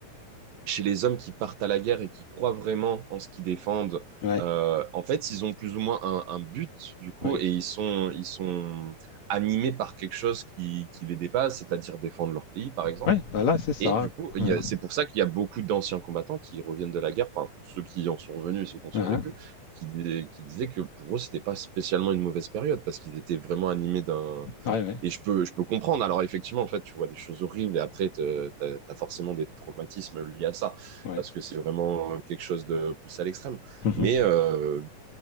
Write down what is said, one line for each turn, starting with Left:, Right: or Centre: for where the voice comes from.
Right: chez les hommes qui partent à la guerre et qui croient vraiment en ce qu'ils défendent,
Left: Ouais.
Right: euh, en fait, ils ont plus ou moins un, un but, du coup,
Left: Ouais.
Right: et ils sont, ils sont animés par quelque chose qui, qui les dépasse, c'est-à-dire défendre leur pays, par exemple.
Left: Ouais, voilà, c'est ça.
Right: Et du coup, il
Left: Ouais.
Right: y a- c'est pour ça qu'il y a beaucoup d'anciens combattants qui reviennent de la guerre, enfin, ceux qui en sont revenus et ceux qui ont survécu,
Left: Uh-huh.
Right: qui, dis- qui disaient que pour eux, c'était pas spécialement une mauvaise période parce qu'ils étaient vraiment animés d'un.
Left: Ouais, ouais,
Right: Et je peux, je peux comprendre. Alors, effectivement, en fait, tu vois des choses horribles et après, te- t'as, t'as forcément des traumatismes liés à ça
Left: ouais.
Right: parce que c'est vraiment quelque chose de poussé à l'extrême.
Left: Mhm.
Right: Mais euh,